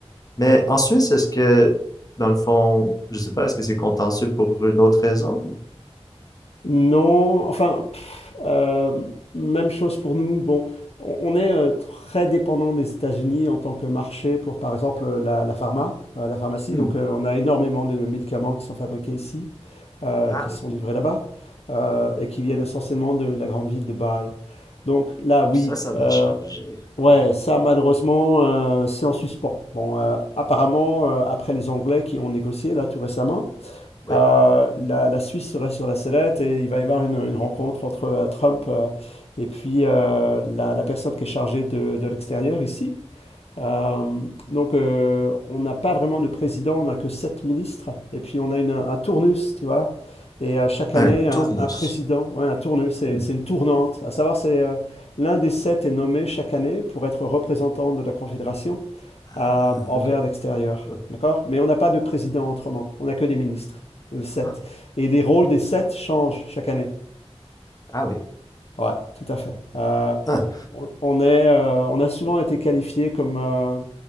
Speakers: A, on the left (about 35°); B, on the left (about 70°).
A: Mais en Suisse, est-ce que, dans le fond, je sais pas, est-ce que c'est contentieux pour une autre raison ou-
B: Non, enfin, pff, euh, même chose pour nous. Bon, on, on est euh, très dépendant des États-Unis en tant que marché pour, par exemple, euh, la, la pharma, euh, la pharmacie.
A: Hmm.
B: Donc, euh, on a énormément de médicaments qui sont fabriqués ici, euh,
A: Ah
B: qui
A: oui,
B: sont livrés là-bas, euh, et qui viennent essentiellement de la grande ville de Bâle. Donc là, oui.
A: Puis ça, ça va
B: euh,
A: changer,
B: Ouais,
A: ouais.
B: ça malheureusement, euh, c'est en suspens. Bon, euh, apparemment, euh, après les Anglais qui ont négocié là tout récemment,
A: Oui.
B: euh, la, la Suisse serait sur la sellette et il va y avoir une, une rencontre entre euh, Trump euh, et puis euh, la, la personne qui est chargée de, de l'extérieur ici. Euh, donc, euh, on n'a pas vraiment de président, on n'a que sept ministres. Et puis, on a une- un tournus, tu vois. Et euh, chaque
A: Un
B: année, un,
A: tournus.
B: un président, ouais, un tournus, c'est
A: Hmm.
B: c'est une tournante. À savoir, c'est euh, l'un des sept est nommé chaque année pour être représentant de la Confédération
A: Ah,
B: euh, envers
A: ok.
B: l'extérieur.
A: Ah,
B: D'accord? Mais on n'a pas de président autrement, on n'a que des ministres, euh, sept.
A: ah.
B: Et les rôles des sept changent chaque année.
A: Ah oui.
B: Ouais, tout à fait. Euh,
A: Ah,
B: on on est, euh, on a souvent été qualifié comme euh,